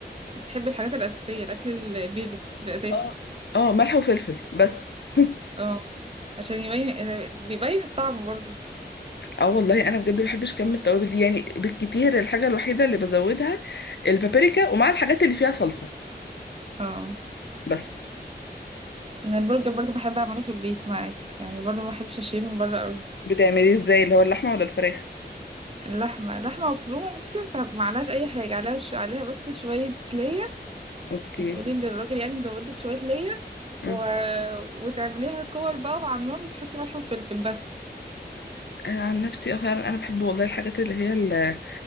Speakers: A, on the right; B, on the left.
A: بتحب الحاجات الأساسية الأكل البيزك الأساسي
B: اه اه ملح وفلفل بس <laughs>
A: اه عشان يبين بيبين الطعم برضو
B: اه والله انا بجد ما بحبش كم التوابل دي يعني بالكتير الحاجه الوحيده اللي بزودها البابريكا ومع الحاجات اللي فيها صلصه
A: اه
B: بس
A: انا البرجر برضو بحب اعمله في البيت معاه يعني برضو ما بحبش اشتريه من بره قوي.
B: بتعمليه ازاي اللي هو اللحمه ولا الفراخ
A: اللحمة لحمة مفرومة بصي انت ما عليهاش أي حاجة عليها ش- عليها بس شوية ليا
B: اوكي
A: بتقولي للراجل يعني يزود لك شوية ليا
B: مم.
A: و... وتعمليها كور بقى مع النار وتحطي ملح وفلفل بس
B: انا عن نفسي اه فعلا انا بحب والله الحاجات اللي هي ال-